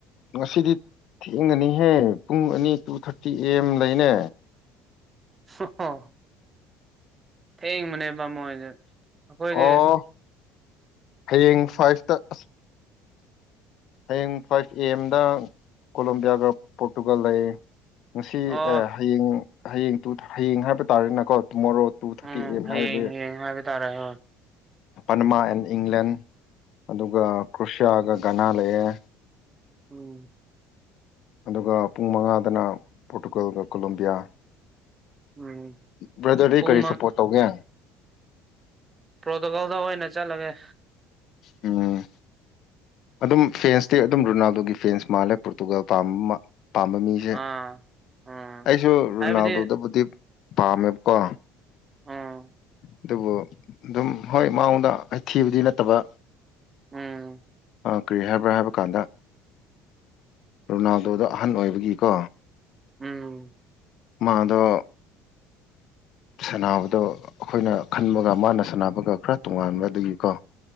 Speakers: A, on the left; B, on the right.
A: ꯉꯁꯤꯗꯤ ꯊꯦꯡꯒꯅꯤꯍꯦ ꯄꯨꯡ ꯑꯅꯤ ꯇꯨ ꯊꯥꯔꯇꯤ ꯑꯦ ꯑꯦꯝ ꯂꯩꯅꯦ
B: <unintelligible> ꯊꯦꯡꯕꯅꯦꯕ ꯃꯣꯏꯁꯦ ꯑꯩꯈꯣꯏꯗꯤ
A: ꯑꯣ ꯍꯌꯦꯡ ꯐꯥꯏꯚꯇ ꯑꯁ ꯍꯌꯦꯡ ꯐꯥꯏꯚ ꯑꯦ ꯑꯦꯝꯗ ꯀꯣꯂꯣꯕꯤꯌꯥꯒ ꯄꯣꯔꯇꯨꯒꯜ ꯂꯩ ꯉꯁꯤ
B: ꯑꯣ
A: ꯍꯌꯦꯡ ꯍꯌꯦꯡ ꯇꯨ ꯍꯌꯦꯡ ꯍꯥꯏꯕ ꯇꯥꯔꯦꯅꯀꯣ ꯇꯨꯃꯣꯔꯣ ꯇꯨ ꯊꯔꯇꯤ
B: ꯎꯝ
A: ꯑꯦꯝ
B: ꯍꯌꯦꯡ
A: ꯑꯔ ꯗꯦ
B: ꯍꯌꯦꯡ ꯍꯥꯏꯕ ꯇꯥꯔꯦ ꯍꯣꯏ
A: ꯄꯟꯃꯥ ꯑꯦꯟ ꯏꯪꯂꯦꯟ ꯑꯗꯨꯒ ꯀ꯭ꯔꯨꯁꯤꯌꯥꯒ ꯘꯅꯥ ꯂꯩꯌꯦ
B: ꯎꯝ
A: ꯑꯗꯨꯒ ꯄꯨꯡ ꯃꯉꯥꯗꯅ ꯄꯣꯔꯇꯨꯒꯜꯒ ꯀꯣꯂꯣꯕꯤꯌꯥ
B: ꯎꯝ
A: ꯕ꯭ꯔꯗꯔꯗꯗꯤ
B: ꯄꯨꯡ
A: ꯀꯔꯤ ꯁꯞꯄꯣꯔꯠ ꯇꯧꯒꯦ
B: ꯄ꯭ꯔꯣꯇꯣꯀꯜꯗ ꯑꯣꯏꯅ ꯆꯠꯂꯒꯦ
A: ꯎꯝ ꯑꯗꯨꯝ ꯐꯦꯟꯁꯇꯤ ꯑꯗꯨꯝ ꯔꯣꯅꯥꯜꯗꯣꯒꯤ ꯐꯦꯟꯁ ꯃꯥꯜꯂꯦ ꯄꯣꯔꯇꯨꯒꯥꯜ ꯄꯥꯝꯕ ꯑꯃ ꯄꯥꯝꯕ ꯃꯤꯁꯦ
B: ꯑꯥ ꯎꯝ
A: ꯑꯩꯁꯨ ꯔꯣꯅꯥꯜꯗꯣꯗꯕꯨꯗꯤꯞ
B: ꯍꯥꯏꯕꯗꯤ
A: ꯄꯥꯝꯃꯦꯕꯀꯣ
B: ꯎꯝ
A: ꯑꯗꯨꯕꯨ ꯑꯗꯨꯝ ꯍꯣꯏ ꯃꯑꯣꯡꯗ ꯍꯊꯤꯕꯗꯤ ꯅꯠꯇꯕ
B: ꯎꯝ
A: ꯀꯔꯤ ꯍꯥꯏꯕ꯭ꯔꯥ ꯍꯥꯏꯕ ꯀꯥꯟꯗ ꯔꯣꯅꯥꯜꯗꯣꯗ ꯑꯍꯟ ꯑꯣꯏꯕꯒꯤꯀꯣ
B: ꯎꯝ
A: ꯃꯥꯗ ꯁꯅꯥꯕꯗꯣ ꯑꯩꯈꯣꯏꯅ ꯈꯟꯕꯒ ꯃꯥꯅ ꯁꯥꯟꯅꯕꯒ ꯈꯔ ꯇꯣꯉꯥꯟꯕ ꯑꯗꯨꯒꯤꯀꯣ